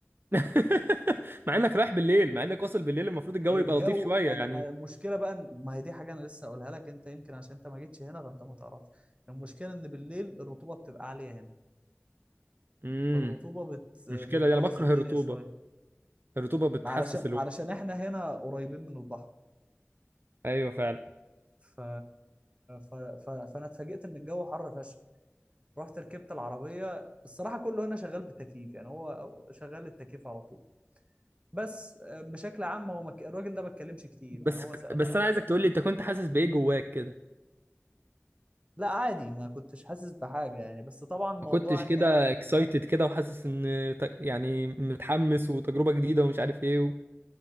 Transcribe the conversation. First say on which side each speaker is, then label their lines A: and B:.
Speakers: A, on the right; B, on the right.
A: <laughs> مع انك رايح بالليل مع انك واصل بالليل المفروض الجو
B: الجو
A: يبقى لطيف شويه
B: انا
A: يعني
B: أنا- المشكله بقى إن- ما هي دي حاجه انا لسه اقولها لك انت يمكن عشان انت ما جيتش هنا فانت ما تعرفش المشكله ان بالليل الرطوبه بتبقى عاليه هنا
A: امم
B: فالرطوبه بت بتبوظ
A: مشكله دي انا بكره
B: الدنيا
A: الرطوبه
B: شويه
A: الرطوبه بتحسس
B: علشان
A: الوقت
B: علشان احنا هنا قريبين من البحر
A: ايوه فعلا
B: ف... ف... ف... فانا اتفاجئت ان الجو حر فشخ رحت ركبت العربيه الصراحه كله هنا شغال بالتكييف يعني هو شغال التكييف على طول بس آه، بشكل عام هو مك... الراجل ده ما اتكلمش كتير يعني
A: بس
B: هو سألني
A: بس انا عايزك تقول
B: آه.
A: لي انت كنت حاسس بايه جواك كده
B: لا عادي ما كنتش حاسس بحاجة يعني بس طبعا موضوع
A: ما كنتش
B: ان
A: كده
B: انا
A: اكسايتد كده وحاسس ان ت- يعني متحمس وتجربه جديده ومش عارف ايه و...